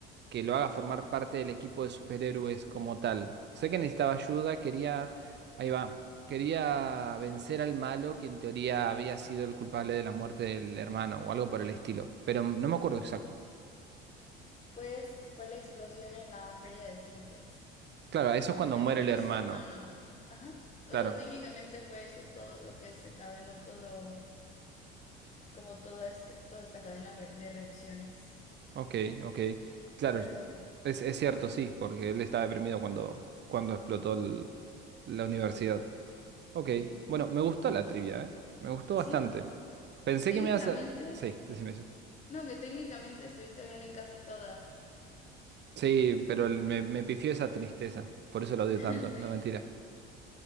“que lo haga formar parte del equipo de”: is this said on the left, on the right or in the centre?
Right